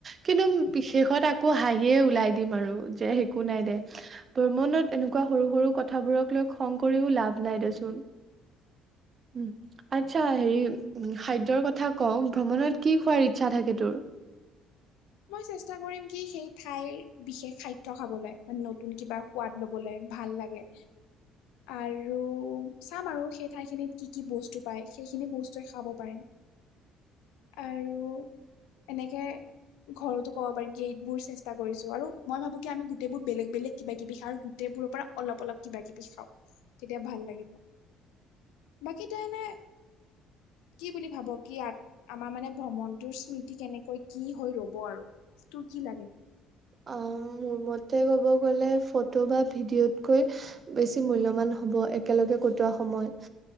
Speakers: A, on the right; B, on the left.
A: কিন্তু বিশেষত আকৌ হাঁহি হিয়ে ওলাই দিম আৰু যে একো নাই দে, ভ্ৰমণত এনেকুৱা সৰু সৰু কথাবোৰক লৈ খং কৰিও লাভ নাই দেচোন। উম'। আচ্ছা, হেৰি উ খাদ্যৰ কথা কওঁ ভ্ৰমণত কি খোৱাৰ ইচ্ছা থাকে তোৰ?
B: মই চেষ্টা কৰিম কি সেই ঠাইৰ বিশেষ খাদ্য খাবলৈ মানে নতুন কিবা সোৱাদ লবলৈ ভাল লাগে।
A: <unintelligible>
B: আৰু চাম আৰু সেই ঠাইখিনিত কি কি বস্তু পায় সেইখিনি বস্তুৱে খাব পাৰিম।
A: <unintelligible>
B: আৰু, এনেকে - ঘৰতো ক'ব পাৰিম কি এইবোৰ চেষ্টা কৰিছো আৰু মই ভাবো কি আমি গোটেইবোৰ বেলেগ বেলেগ কিবা কিবি আৰু গোটেইবোৰৰ পৰা- অলপ অলপ কিবা কিবি খাওঁ, তেতিয়া ভাল লাগিব। বাকী তই এনে- কি বুলি ভাব কি আমাৰ মানে ভ্ৰমণটোৰ স্মৃতি কেনেকৈ কি হৈ ৰব- হব আৰু, তোৰ কি লাগে?
A: অ মোৰ মতে ক'ব গ'লে ফটো বা ভিডিঅ'তকৈ- বেছি মূল্যবান হব একেলগে কটোৱা সময়,